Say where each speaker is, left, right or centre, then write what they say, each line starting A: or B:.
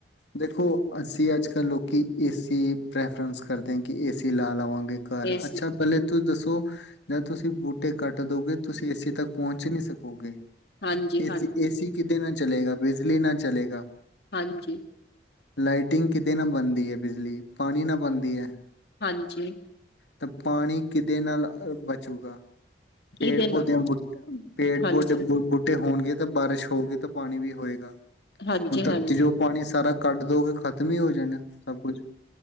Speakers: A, on the left; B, on the left.
A: ਦੇਖੋ ਅਸੀਂ ਅੱਜ ਕੱਲ੍ਹ ਲੋਕੀ ਏ ਸੀ ਪ੍ਰੈਫਰੈਂਸ ਕਰਦੇ ਆਂ, ਕਿ ਏ ਸੀ ਲਾ ਲਵਾਂਗੇ। ਬੇਕਾਰ
B: ਏਸੀ
A: ਅੱਛਾ ਪਹਿਲੇ ਤੁਸੀਂ ਦੱਸੋ ਤੋ, ਜਦ ਤੁਸੀਂ ਬੂਟੇ ਕੱਟ ਦੋਗੇ ਤੁਸੀਂ ਏ ਸੀ ਤੱਕ, ਪਹੁੰਚ ਨਹੀਂ ਸਕੋਗੇ।
B: ਹਾਂਜੀ-ਹਾਂਜੀ,
A: ਏ ਸੀ, ਏ ਸੀ ਕਿਦੇ ਨਾਲ ਚਲੇਗਾ ਬਿਜਲੀ ਨਾਲ ਚਲੇਗਾ
B: ਹਾਂਜੀ
A: ਲਾਈਟਿੰਗ ਕਿਧੇ ਨਾਲ ਬਣਦੀ ਹੈ ਬਿਜਲੀ, ਪਾਣੀ ਨਾ ਬਣਦੀ ਹੈ।
B: ਹਾਂਜੀ
A: ਤਾਂ ਪਾਣੀ ਕਿਦੇ ਨਾਲ ਬਚੂਗਾ ਪੇੜ
B: ਕਿਹਦੇ ਨਾਲ
A: ਪੌਦੇ ਬ ਪੇੜ
B: ਹਾਂਜੀ,
A: ਪੋਧੇ ਪੁੱਟ ਹੋਣਗੇ ਤੇ ਬਾਰਿਸ਼ ਹੋਊਗੀ, ਤਾਂ ਪਾਣੀ ਵੀ ਹੋਏਗਾ।
B: ਹਾਂਜੀ-ਹਾਂਜੀ,
A: ਹੁਣ ਤੱਕ ਚ, ਜੋ
B: ਹਾਂਜੀ
A: ਪਾਣੀ ਸਾਰਾ ਕੱਢ ਦੋਗੇ, ਖਾਲੀ ਤਮ ਹੀ ਹੋ ਜਾਣਾ ਸਭ ਕੁਛ,